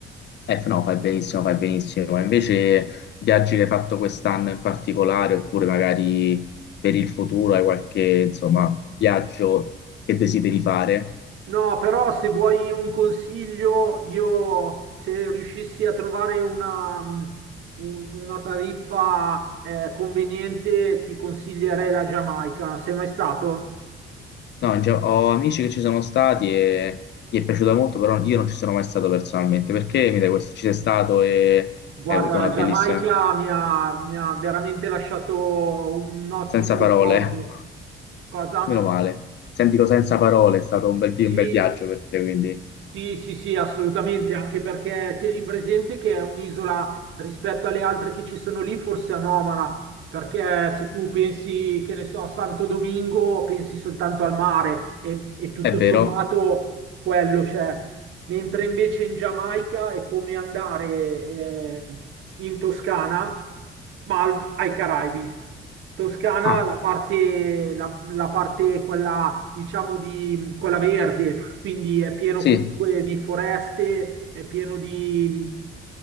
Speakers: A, on the left; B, on the right.
A: Eh, no, fai benissimo, fai benissimo. Ma Invece, viaggi che hai fatto quest'anno in particolare, oppure magari per il futuro hai qualche, insomma, viaggio che desideri fare?
B: No, però se vuoi un consiglio, io se riuscissi a trovare una, mh, un- una tariffa eh, conveniente, ti consiglierei la Giamaica. Sei mai stato?
A: No, in ge- ho amici che ci sono stati e gli è piaciuta molto, però io non ci sono mai stato personalmente. Perché mi dai questo? Ci sei stato e
B: Guarda,
A: hai avuto
B: la
A: una
B: Giamaica
A: bellissima...
B: mi ha, mi ha veramente lasciato un ottimo
A: Senza
B: ricordo.
A: parole,
B: Cosa?
A: <laughs> meno male. Sentilo senza parole, è stato un bel, un
B: Sì,
A: bel viaggio per te, quindi...
B: Sì, sì, sì, assolutamente, anche perché tieni presente che è un'isola rispetto alle altre che ci sono lì, forse anomala, perché se tu pensi, che ne so, a Santo Domingo, pensi soltanto al mare e, e tutto
A: È vero?
B: sommato quello c'è, mentre invece in Giamaica è come andare eh, in Toscana, ma al- ai Caraibi. Toscana,
A: Ah,
B: la parte, la la parte quella diciamo, di quella verde, quindi è pieno
A: sì.
B: comunque di foreste, è pieno di,